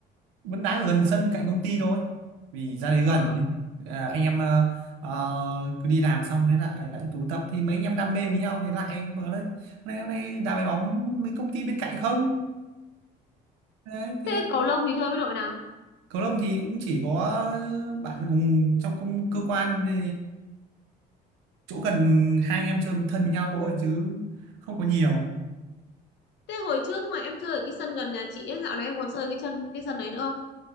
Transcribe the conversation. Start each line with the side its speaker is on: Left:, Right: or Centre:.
Right: vẫn đá ở gần sân cạnh công ty thôi vì ra đấy gần
Left: Ờ.
Right: à, anh em ờ, ờ, cứ đi làm xong thế lại lại tụ tập thì mấy anh em đam mê với nhau thì lại bảo đấy hôm nay hôm nay đá bài bóng mấy công ty bên cạnh không đấy thế
Left: Thế cầu lông thì chơi với đội nào?
Right: cầu lông thì cũng chỉ có ờ, bạn cùng trong công cơ quan thì chỗ gần hai anh em chơi thân với nhau thôi chứ không có nhiều
Left: Thế hồi trước mà em chơi ở cái sân gần nhà chị ấy, dạo này em còn chơi cái chân cái sân đấy nữa không?